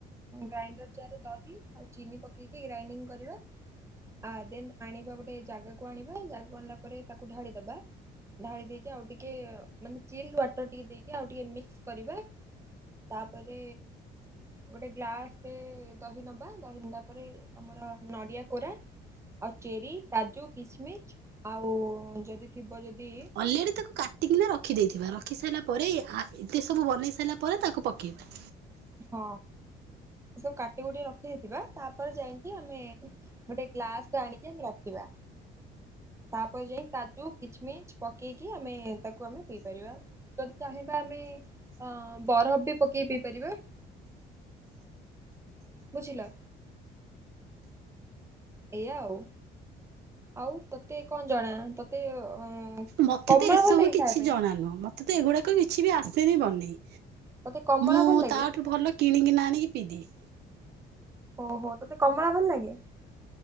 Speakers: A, on the right (about 15°); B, on the right (about 75°).
A: ଗ୍ରାଇଣ୍ଡର୍ ଜାର୍ ରେ ଦହି ଆଉ ଚିନି ପକେଇକି ଗ୍ରାଇଣ୍ଡିଙ୍ଗ୍ କରିବା ଆ ଦେନ୍ ଆଣିବା ଗୋଟେ ଜାଗାକୁ ଆଣିବା ଜାଗାକୁ ଆଣିଲା ପରେ ତାକୁ ଢାଳିଦବା ଢାଳି ଦେଇକି ଆଉ ଟିକେ ମାନେ ଚିଲ୍ ୱାଟର୍ ଟିକେ ଦେଇକି ଆଉ ଟିକେ ମିକ୍ସ୍ କରିବା ତାପରେ ଗୋଟେ ଗ୍ଲାସ୍ ରେ ଦହି ନବା ଦହି ନେଲା ତାପରେ ଆମର ନଡିଆ କୋରା ଆଉ ଚେରି, କାଜୁ, କିସ୍ ମିଚ୍ ଆଉ ଯଦି ଥିବ ଯଦି
B: ଅଲରେଡ଼ି ତାକୁ କାଟିକିନା ରଖିଦେଇଥିବା ରଖିସାରିଲା ପରେ ଇଏ-ଆ-ଏତେ ସବୁ ବନେଇ ସାରିଲା ପରେ ତାକୁ ପକାଇବା।
A: ହଁ ସବୁ କାଟି କୁଟି ରଖ୍ ଖି ଦେଇଥିବା ତାପରେ ଯାଇକି ଆମେ ଗୋଟେ ଗ୍ଲାସ୍ ଟା ଆଣିକି ଆମେ ରଖିବା। ତାପରେ ଯାଇ କାଜୁ, କିଚ୍ ମିଚ୍ ପକେଇକି ଆମେ ତାକୁ ଆମେ ପିଇ ପାରିବା। ଯଦି ଚାହିଁବା ଆମେ ଅ- ବରଫ୍ ବି ପକେଇ ପିଇ ପାରିବା। ବୁଝିଲ। ଏଇଆ ଆଉ। ଆଉ ତତେ କଣ ଜଣା ତତେ ଅ
B: ମତେ
A: କମଳା
B: ତ ଏସବୁ
A: ଭଲ ଲାଗେ
B: କିଛି
A: ଖାଇବା
B: ଜଣା ନୁହଁ ମତେ ତ ଏଗୁଡାକ କିଛି ବି ଆସେନି ବନେଇ।
A: ପାଇଁ ତତେ କମଳା
B: ମୁଁ
A: ଭଲ ଲାଗେ
B: ତାଠୁ ଭଲ କିଣିକିନା ଆଣିକି ପି ଦିଏ।
A: ଓହୋ ତତେ କମଳା ଭଲ ଲାଗେ?